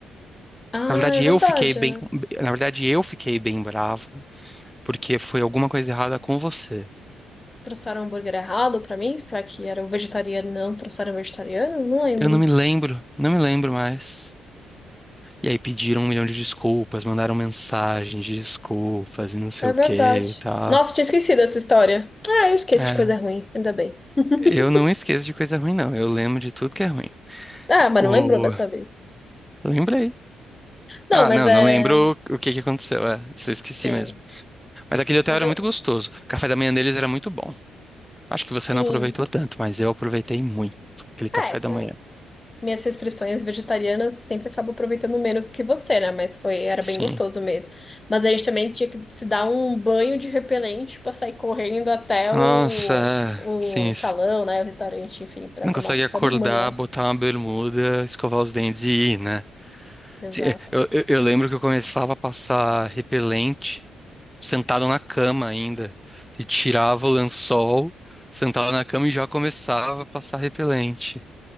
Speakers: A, on the left; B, in the centre.
A: Ah,
B: Na verdade,
A: é verdade,
B: eu fiquei bem,
A: né?
B: na verdade, eu fiquei bem bravo. porque foi alguma coisa errada com você.
A: Trouxeram o hambúrguer errado pra mim? Será que era o vegetariano? Não, trouxeram o vegetariano? Não lembro.
B: Eu não me lembro, não me lembro mais. E aí pediram um milhão de desculpas, mandaram mensagens de desculpas e não sei
A: É
B: o
A: verdade.
B: que e tal.
A: Nossa, tinha esquecido essa história. Ah, eu esqueço
B: É,
A: de coisa ruim, ainda bem. <laughs>
B: eu não esqueço de coisa ruim, não. Eu lembro de tudo que é ruim.
A: Ah, mas
B: O...
A: não lembrou dessa vez.
B: Lembrei.
A: Não,
B: Ah,
A: mas
B: não,
A: é.
B: não lembro o que que aconteceu. É, isso eu esqueci
A: sim
B: mesmo. Mas aquele hotel
A: Mas
B: era
A: eu,
B: muito gostoso. O café da manhã deles era muito bom. Acho que você
A: sim.
B: não aproveitou tanto, mas eu aproveitei muito aquele café
A: Ah, É, que
B: da manhã.
A: eu- minhas restrições vegetarianas sempre acabo aproveitando menos do que você, né? Mas foi, era
B: Sim.
A: bem gostoso mesmo. Mas a gente também tinha que se dar um banho de repelente pra sair correndo até
B: Nossa,
A: o,
B: é,
A: o
B: sim.
A: salão, né? O restaurante, enfim, pra
B: Não
A: tomar
B: consegue
A: o café
B: acordar,
A: da manhã.
B: botar uma bermuda, escovar os dentes e ir, né?
A: Exato.
B: Se- Eu, eu, eu lembro que eu começava a passar repelente sentado na cama ainda. E tirava o lençol, sentava na cama e já começava a passar repelente.